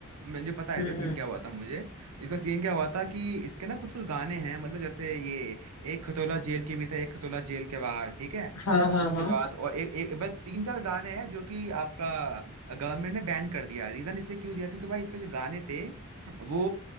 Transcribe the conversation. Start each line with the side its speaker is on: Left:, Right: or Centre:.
Right: मुझे पता है
Left: हम्म
Right: इसका सीन
Left: हम्म
Right: क्या हुआ था मुझे इसका सीन क्या हुआ था कि इसके ना कुछ कुछ गाने हैं मतलब जैसे ये एक खतोला जेल के भी था एक खतोला जेल के बाहर ठीक है
Left: हाँ हाँ
Right: उसके
Left: हाँ
Right: बाद और एक एक बस तीन चार गाने हैं जो कि आपका गवर्नमेंट ने बैन कर दिया रीजन इसलिए क्यों दिया क्योंकि भाई इसके जो गाने थे वो